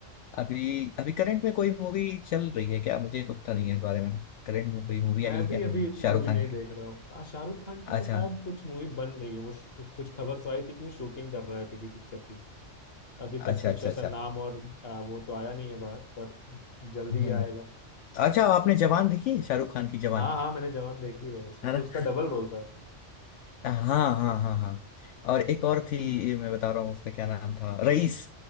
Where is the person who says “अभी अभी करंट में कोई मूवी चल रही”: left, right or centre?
Left